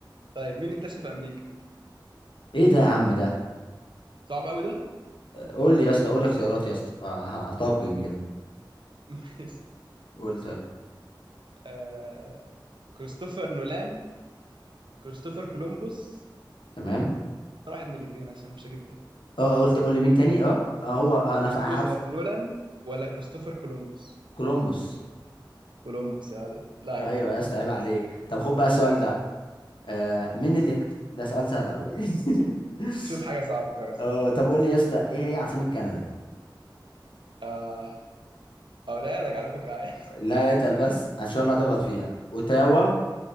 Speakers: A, on the right; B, on the left.
A: طيب مين اللي اكتشف امريكا
B: ايه ده يا عم ده
A: صعب قوي ده
B: قول لي يا اسطى قول لي اختيارات يا اسطى آه، ه- هطجن كده
A: <laughs> ماشي
B: قول طيب
A: آه... كريستوفر نولان كريستوفر كولومبوس
B: تمام
A: واحد من الاثنين عشان مش هجيب تالت
B: اه قلت قول لي مين تاني اه آه، هو آه، انا
A: كريستوفر
B: فا- عارف
A: نولان ولا كريستوفر كولومبوس
B: كولومبوس
A: كولومبوس يا ولد لعيب
B: ايوه يا اسطى عيب عليك طب خد بقى السؤال
A: جدع.
B: ده آه مين اللي اكت... ده سؤال سهل قوي <laughs>
A: شوف حاجة صعبة شوف حاجة صعبة
B: اه طب قول لي يا اسطى ايه هي عاصمة كندا
A: آه... أقولها لك على فكرة عادي <laughs>
B: لا لا اتقل بس ان شاء الله هتغلط فيها اوتاوا